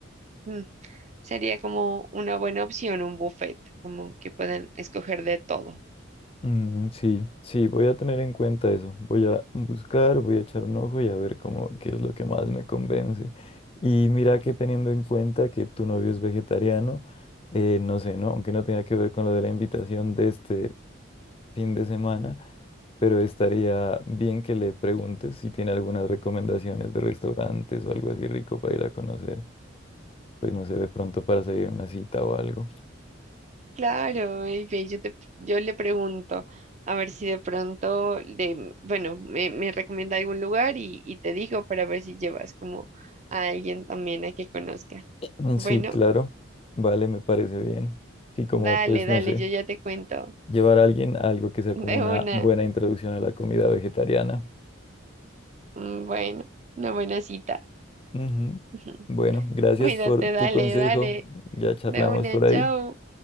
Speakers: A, on the right (about 35°); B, on the left (about 30°).
A: Mm, Sería como una buena opción un buffet, como que puedan escoger de todo.
B: Mm, sí, sí, voy a tener en cuenta eso. Voy a buscar, voy a echar un ojo y a ver cómo, qué es lo que más me convence. Y mira que teniendo en cuenta que tu novio es vegetariano, eh, no sé, ¿no? Aunque no tenga que ver con lo de la invitación de este fin de semana, pero estaría bien que le preguntes si tiene algunas recomendaciones de restaurantes o algo así rico para ir a conocer. Pues no sé, de pronto para salir a una cita o algo.
A: Claro, y ve, yo te, yo le pregunto a ver si de pronto le, bueno, me, me recomienda algún lugar y, y te digo para ver si llevas como a alguien también a que conozca.
B: Mm,
A: Bueno,
B: Sí, claro. Vale, me parece bien. Sí, como
A: dale,
B: pues
A: dale,
B: no sé.
A: yo ya te cuento.
B: Llevar a alguien a algo que sea
A: <laughs>
B: como
A: De
B: una
A: una,
B: buena introducción a la comida vegetariana.
A: Mm, bueno, una buena cita.
B: Ujú.
A: <laughs>
B: Bueno, gracias
A: Cuídate,
B: por
A: dale,
B: tu consejo.
A: dale,
B: Ya charlamos
A: de una,
B: por ahí.
A: chao.